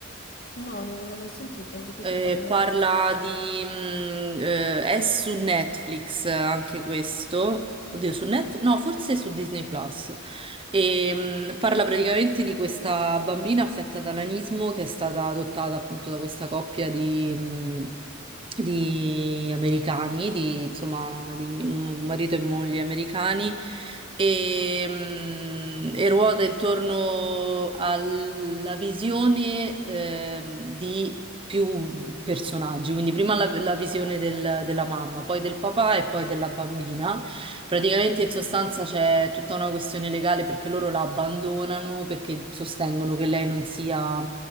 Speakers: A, on the left; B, on the right.
A: No, non l'ho mai sentita, di cosa
B: Eh,
A: parla?
B: parla di... mh, eh, è su Netflix eh, anche questo. Oddio, su Netflix? No, forse su Disney Plus. E, mh, parla praticamente di questa bambina affetta da nanismo che è stata adottata appunto da questa coppia di, mh, di americani, di, insomma, di un marito e moglie americani. E, mh, e ruota intorno alla visione ehm, di più personaggi, quindi prima la, la visione del- della mamma, poi del papà e poi della bambina. Praticamente in sostanza c'è tutta una questione legale perché loro la abbandonano perché sostengono che lei non sia,